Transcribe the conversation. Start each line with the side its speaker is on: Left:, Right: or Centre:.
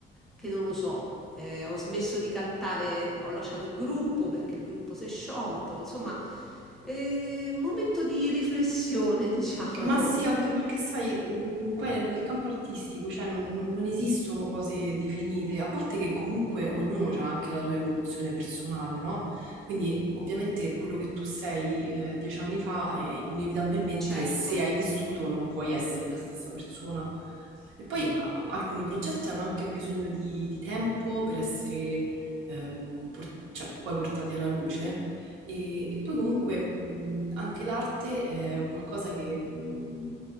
Centre: che non lo so. Eh, ho smesso di cantare, ho lasciato il gruppo perché il gruppo si è sciolto. Insomma, è un momento di riflessione, <laughs> diciamo.
Right: Ma sì, anche perché sai, mh, poi nel, nel campo artistico, cioè, non, non- non esistono cose definite, a parte che comunque ognuno ha anche la sua evoluzione personale, no? Quindi ovviamente quello che tu sei eh, dieci anni fa, eh, inevitabilmente
Centre: Certo,
Right: se hai vissuto non puoi essere la stessa persona. E poi
Centre: No,
Right: a- alcuni progetti hanno anche bisogno di, di tempo per essere ehm, por- cioè, poi portati alla luce. E, e poi comunque mh, anche l'arte è qualcosa che mh,